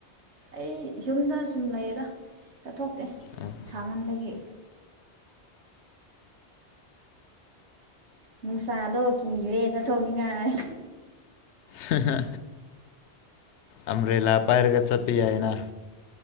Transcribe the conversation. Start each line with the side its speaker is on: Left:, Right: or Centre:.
Right: ꯑꯩ ꯌꯨꯝꯗ ꯁꯨꯝ ꯂꯩꯌꯦꯗ ꯆꯠꯊꯣꯛꯇꯦ
Left: ꯎꯝ
Right: ꯁꯥꯃꯟꯕꯒꯤ ꯅꯨꯡꯁꯥꯗꯣ ꯀꯤꯒꯔꯦ ꯆꯠꯊꯣꯛꯅꯤꯡꯉꯥꯏ
Left: ꯍ ꯍ ꯑꯝꯕ꯭ꯔꯦꯂꯥ ꯄꯥꯏꯔꯒ ꯆꯠꯄ ꯌꯥꯏꯦꯅ